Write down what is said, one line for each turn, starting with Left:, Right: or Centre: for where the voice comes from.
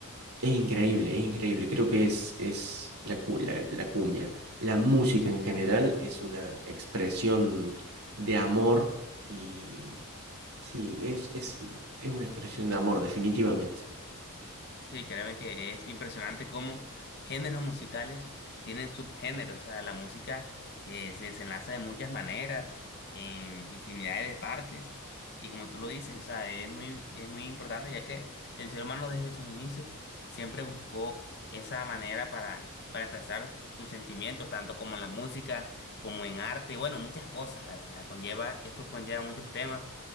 Right: es increíble, es increíble. Creo que es, es la, cu- la, la cumbia. La música en general es una expresión de amor y sí, es, es, es una expresión de amor, definitivamente.
Left: Sí, créeme que es impresionante cómo géneros musicales tienen subgéneros. O sea, la música eh, se desenlaza de muchas maneras, en infinidad de partes. Y como tú lo dices, o sea, es muy, es muy importante ya que el ser humano desde sus inicios siempre buscó esa manera para, para expresar sus sentimientos, tanto como en la música, como en arte, bueno, muchas cosas, la verdad. Conlleva, esto conlleva muchos temas.